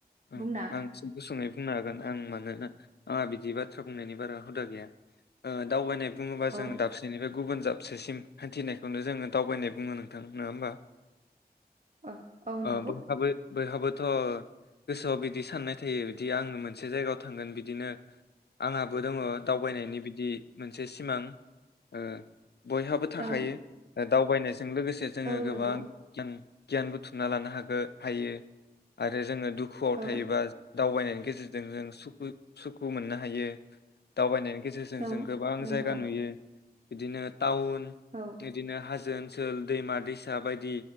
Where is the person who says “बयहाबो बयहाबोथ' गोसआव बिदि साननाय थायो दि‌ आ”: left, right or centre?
Left